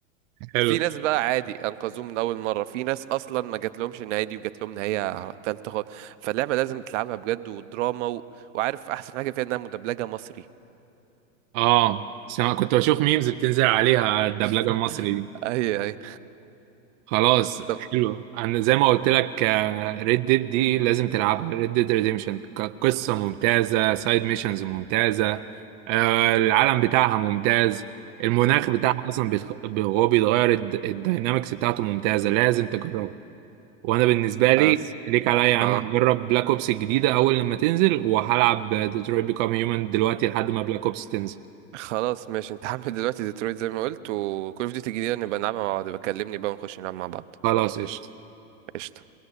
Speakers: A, on the right; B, on the right.
A: حلو
B: في ناس بقى عادي انقذوه من اول مره في ناس اصلا ما جات لهمش النهايه دي وجات لهم نهايه تالته خالص فاللعبه لازم تلعبها بجد ودراما و... وعارف احسن حاجه فيها انها مدبلجه مصري
A: اه بس انا كنت بشوف ميمز بتنزل عليها على الدبلجه
B: <laughs>
A: المصري دي
B: اي اي
A: خلاص حلو
B: طب
A: انا زي ما قلت لك ريد ديد دي لازم تلعبها ريد ديد ريديمشن كقصه ممتازه سايد ميشنز ممتازه آه العالم بتاعها ممتاز المناخ بتاعها اصلا بيتخ... هو بيتغير الد... الداينامكس بتاعته ممتازه لازم تجربها وانا بالنسبه
B: مم.
A: لي ليك عليا يا عم
B: اه
A: هجرب بلاك اوبس الجديده اول لما تنزل وهلعب ديترويت بيكام هيومن دلوقتي لحد ما بلاك اوبس تنزل
B: خلاص ماشي انت هعمل دلوقتي ديترويت زي ما قلت وكل اوف ديوتي الجديدة نبقى نلعبها مع بعض بكلمني بقى ونخش نلعب مع بعض
A: خلاص قشطه
B: قشطة